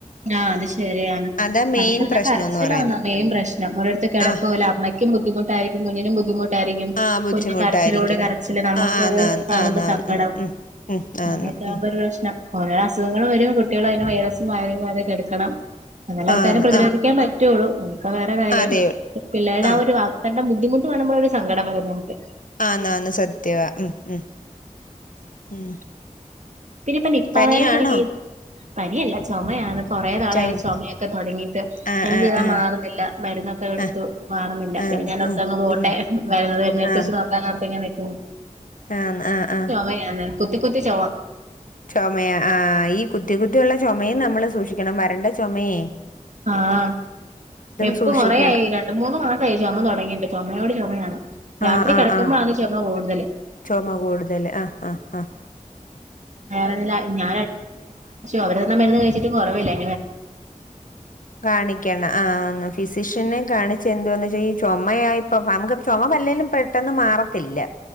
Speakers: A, on the right; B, on the left.
A: ആഹ് അത് ശരിയാണ്
B: അതാ
A: പനി
B: മെയിൻ
A: വന്നാ
B: പ്രശ്നംന്ന്
A: കരച്ചിലാണ്
B: പറയുന്നെ
A: മെയിൻ പ്രശ്നം ഒരു <unintelligible> കെടക്കൂല
B: ആഹ്
A: അമ്മക്കും ബുദ്ധി മുട്ടായിരിക്കും കുഞ്ഞിനും ബുദ്ധിമുട് ട്ടായിരിക്കും
B: ആഹ് ബുദ്ധിമുട്ടായിരിക്കും
A: കുഞ്ഞ് കരച്ചിലോട് കരച്ചില് നമുക്കത്
B: ആഹ് ആന്നാന്ന്
A: കാണുമ്പോ
B: ആന്നാന്ന്
A: സങ്കടം
B: ഉം ഉം ഉം
A: അങ്ങനെയൊക്കെ
B: ആന്ന് ഉം
A: ആവുമ്പോ ഒരു പ്രശ്നം ഓരോ അസുഖങ്ങള് വരും കുട്ടികൾ അതിന് വൈറസും <unintelligible> അതെക്കെടുക്കണം നല്ല ആൾക്കാരെ
B: ആന്ന്
A: പ്രതിരോധിക്കാൻ
B: ആഹ്
A: പറ്റ ട്ടുള്ളു ക്ക വേറെ കാര്യം
B: അതെ
A: പിള്ളേയുടെ
B: ആഹ്
A: ആ ഒരു <unintelligible> ബുദ്ധിമുട്ടു കാണുമ്പോൾ ഒരു സങ്കടം വരും നമ്മൾക്ക്
B: ആന്നാന്ന് സത്യവാ ഉം ഉം ഉം
A: പിന്നീയിപ്പം നിപ്പ
B: പനിയാണോ
A: വയറസ്സ് ഇറങ്ങി പനിയല്ല ചൊമയാണ് കുറെ നാളായി
B: ചൊമ
A: ചുമയൊക്കെ തുടങ്ങിയിട്ട്
B: ആഹ്
A: എന്ത്
B: ആഹ്
A: ചെയ്താൽ
B: ആഹ്
A: മാറുന്നില്ല മരുന്നൊക്കെ എടുത്തു
B: ആഹ് ആഹ്
A: മാറുന്നില്ല പിന്നെ
B: ആന്ന്
A: ഞാൻ ഓർത്തു
B: ആഹ്
A: അങ്ങ് പോട്ടെ
B: ഉം
A: വരുന്നത് വരുന്നടുത്ത്
B: ആന്ന്
A: വെച്ച് നോക്കാനോർത്ത് ഉം
B: ആന്ന് ആഹ് ആഹ്
A: ചൊമയാണ് കുത്തി കുത്തി ചൊമ
B: ചുമ ആഹ് ഈ കുത്തി കുത്തിയുള്ള ചുമയും നമ്മള് സൂക്ഷിക്കണം വരണ്ട ചുമയെ
A: ആഹ് എപ്പം
B: സൂക്ഷിക്കണം
A: കൊറയായി രണ്ടു മൂന്നു മാസമായി ചുമ തുടങ്ങിയിട്ട് ചുമയോട് ചുമയാണ് രാത്രി
B: ആഹ് ആഹ്
A: കിടക്കുമ്പോഴാണ്
B: ആഹ്
A: ചുമ കൂടുതല്
B: ചുമ കൂടുതൽ ആഹ് ആഹ് ആഹ്
A: വേറെ <unintelligible> <unintelligible> അവര് തന്ന മരുന്ന് കഴിച്ചിട്ടും കൊറവില്ലേ
B: കാണിക്കണം ആ ന്ന ഫിസിഷ് പിന്നേം കാണിച്ച് എന്തോന്ന് ചെയ്യു ചൊമയാ ഇപ്പ നമുക്ക് ചൊമ വല്ലേലും പെട്ടെന്ന് മാറത്തില്ല.